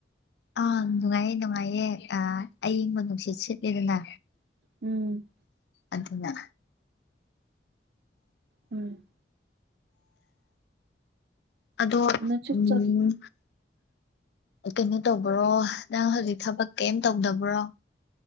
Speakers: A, on the left (about 65°); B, on the right (about 65°).
A: ꯑꯥ ꯅꯨꯡꯉꯥꯏꯌꯦ ꯅꯨꯡꯉꯥꯏꯌꯦ ꯑꯏꯪꯕ ꯅꯨꯡꯁꯤꯠ ꯁꯤꯠꯂꯗꯅ
B: ꯎꯝ
A: ꯑꯗꯨꯅ
B: ꯎꯝ
A: ꯑꯗꯣ
B: ꯅꯪꯁꯨ
A: ꯎꯝ
B: ꯆꯠ
A: ꯀꯩꯅꯣ ꯇꯧꯕ꯭ꯔꯣ ꯅꯪ ꯍꯧꯖꯤꯛ ꯊꯕꯛ ꯀꯔꯤꯝ ꯇꯧꯗꯕ꯭ꯔꯣ